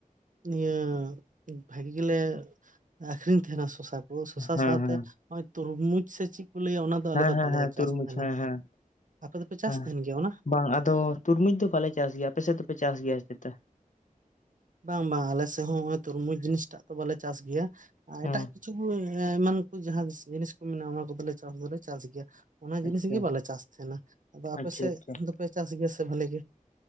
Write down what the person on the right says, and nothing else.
ᱱᱤᱭᱟᱹ ᱵᱷᱟᱹᱜᱤ ᱜᱮᱞᱮ ᱟᱠᱷᱨᱤᱧ ᱛᱟᱦᱮᱸᱱᱟ ᱥᱚᱥᱟ ᱠᱚ ᱾ ᱥᱚᱥᱟ
ᱥᱟᱶᱛᱮ
ᱚᱸ ᱛᱩᱨᱢᱩᱡᱽ ᱥᱮ ᱪᱮᱫ ᱠᱚ ᱞᱟᱹᱭᱟ ᱚᱱᱟ ᱫᱚ
ᱟᱞᱮ ᱫᱚ
ᱵᱟᱞᱮ
ᱪᱟᱥ
ᱛᱟᱦᱮᱱᱟ
ᱟᱯᱮ ᱫᱚᱯᱮ ᱪᱟᱥ
ᱛᱟᱦᱮᱱ ᱜᱮᱭᱟ ᱚᱱᱟ
ᱵᱟᱝ ᱵᱟᱝ ᱟᱞᱮ ᱥᱮᱫ ᱦᱚᱸ ᱱᱚᱜᱚᱭ ᱛᱩᱨᱢᱩᱡᱽ ᱡᱤᱱᱤᱥᱴᱟᱜ ᱫᱚ ᱵᱟᱞᱮ ᱪᱟᱥ ᱜᱮᱭᱟ।
ᱮᱴᱟᱜ ᱠᱤᱪᱷᱩ ᱠᱤᱪᱷᱩ ᱮᱢᱟᱱ ᱠᱚ ᱡᱟᱦᱟᱸ ᱡᱤᱱᱤᱥ ᱠᱚ ᱢᱮᱱᱟᱜᱼᱟ ᱚᱱᱟ ᱠᱚᱫᱚᱞᱮ ᱪᱟᱥ ᱫᱚᱞᱮ ᱪᱟᱥ ᱜᱮᱭᱟ। ᱚᱱᱟ ᱡᱤᱱᱤᱥ
ᱜᱮ ᱵᱟᱞᱮ ᱪᱟᱥ ᱛᱟᱦᱮᱸᱱᱟ ᱾ ᱟᱫᱚ ᱟᱯᱮ
ᱥᱮᱫ
ᱫᱚᱯᱮ ᱪᱟᱥ ᱜᱮᱭᱟ ᱥᱮ ᱵᱷᱟᱞᱮ ᱜᱮ ᱾